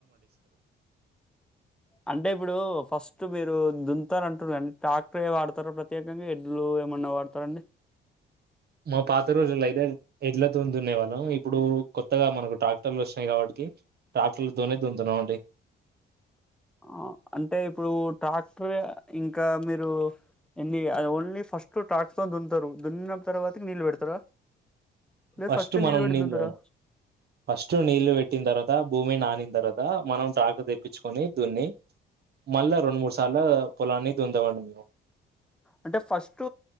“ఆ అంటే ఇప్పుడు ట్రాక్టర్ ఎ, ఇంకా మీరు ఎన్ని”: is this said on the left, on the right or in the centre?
Centre